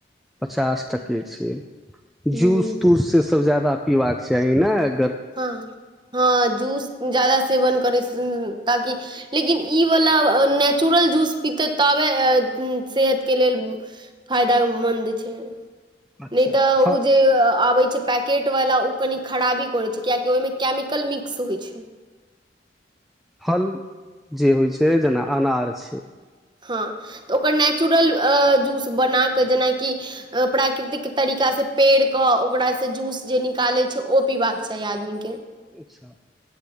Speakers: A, in the centre; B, on the right (about 25°).
A: पचास टके छै
B: ह
A: जूस तूस से सब ज्यादा पीबाक चाही नय
B: हँ हँ जूस ज्यादा स सेवन करै स ताकि लेकिन ई वला नेचुरल जूस पीतै तबे सेहत के लेल फायदऽमन्द छै
A: अच्छा
B: नै तऽ
A: फ
B: ओ जे आबै छै पैकेटवला ओ कनि खराबी कहय छै किये कि ओहिमे केमिकल मिक्स होय छै
A: फल जे होय छै जेना अनार छै
B: हँ तऽ ओकर नेचुरल अ जूस बनाके जेनाकि अ प्राकृतिक तरीका से पेर कऽ ओकरा से जूस जे निकालै के ओ पीबाक चाही आदमी के
A: अच्छा